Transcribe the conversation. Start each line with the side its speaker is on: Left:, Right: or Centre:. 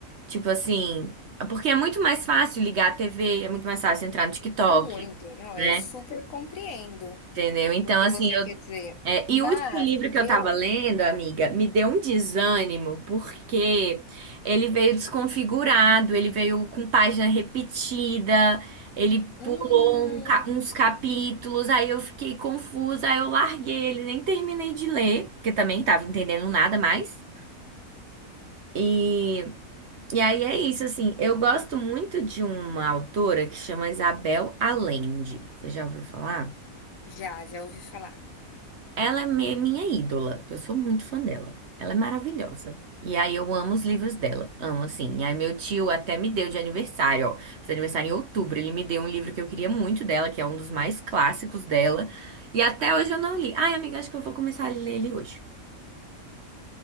Right: tipo assim, porque é muito mais fácil ligar a TV, é muito mais fácil entrar no TikTok,
Left: Muito, não,
Right: né?
Left: eu super compreendo
Right: Entendeu? Então,
Left: o que
Right: assim,
Left: você
Right: eu
Left: quer dizer.
Right: é,
Left: Mas
Right: e o último livro que
Left: eu,
Right: eu tava lendo, amiga, me deu um desânimo, porque ele veio desconfigurado, ele veio com página repetida, ele
Left: hum,
Right: pulou um ca- uns capítulos, aí eu fiquei confusa, aí eu larguei ele, nem terminei de ler, porque também tava entendendo nada mais. E, e aí é isso, assim, eu gosto muito de uma autora que chama Isabel Allende. Você já ouviu falar?
Left: já, já ouvi falar.
Right: Ela é mi- minha ídola. Eu sou muito fã dela. Ela é maravilhosa. E aí eu amo os livros dela. Amo, assim. E aí meu tio até me deu de aniversário, ó. Fez aniversário em outubro. Ele me deu um livro que eu queria muito dela, que é um dos mais clássicos dela. E até hoje eu não li. Ai, amiga, acho que eu vou começar a ler ele hoje.